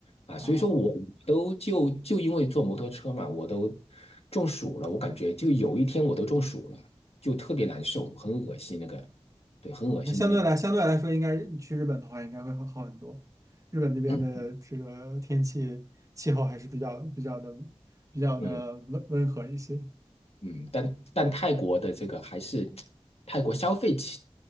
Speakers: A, on the left; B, on the right.
A: 啊，
B: 哦
A: 所以说我都就就因为坐摩托车嘛，我都中暑了，我感觉就有一天我都中暑了，就特别难受，很恶心那个，对，很恶心的那种，
B: 哦，那相对来相对来说，应该你去日本的话应该会好好很多。日本那边的这个天气气候还是比较比较的
A: 嗯
B: 比较的温温和一些。
A: 嗯。嗯，但但泰国的这个还是泰国消费其